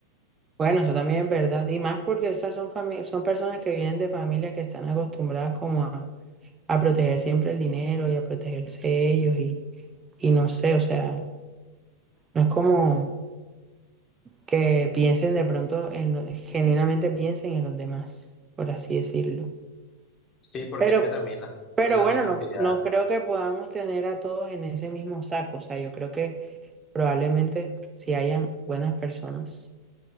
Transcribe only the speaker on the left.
Sí, porque
es que también la,
la
necesidad.